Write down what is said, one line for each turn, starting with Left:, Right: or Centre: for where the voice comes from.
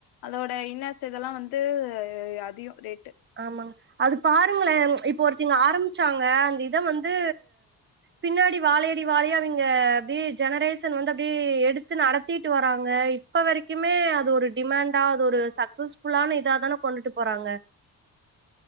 Left: அதோட இன்னர்சு இதெல்லா வந்து அதிகோ ரேட்டு
Right: ஆமாங்க அது பாருங்களே இப்ப ஒரித்தங்க ஆரம்பிச்சாங்க அந்த இத வந்து பின்னாடி வாழையடி வாழையா இவைங்க அப்டே ஜெனரேஷன் வந்து அப்டே எடுத்து நடத்திட்டு வராங்க இப்ப வரைக்குமே அது ஒரு டிமாண்டா அது ஒரு சக்சஸ்ஃபுல்லான இதாதான கொண்டுட்டு போறாங்க